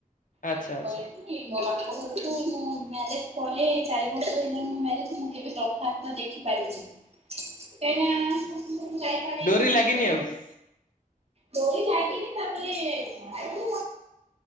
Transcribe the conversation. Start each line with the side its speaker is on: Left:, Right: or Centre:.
Left: ଆଚ୍ଛା
Right: <inaudible>
Left: ଆଚ୍ଛା।
Right: ଏଇ ମୋ ବାପ ଘରକୁ ମୁଁ ମ୍ୟାରେଜ ପରେ ଚାରି ବର୍ଷ ହେଇଗଣି ମୋ ମ୍ୟାରେଜ ମୁଁ କେବେ <unintelligible> ଦେଖିପାରିନି।
Left: <inaudible>
Right: ଏ ଯାଇପାରେ
Left: ଡୋରି
Right: <unintelligible>
Left: <inaudible>
Right: ଲୋଳି ଯାଇି ତାପରେ ଛାକ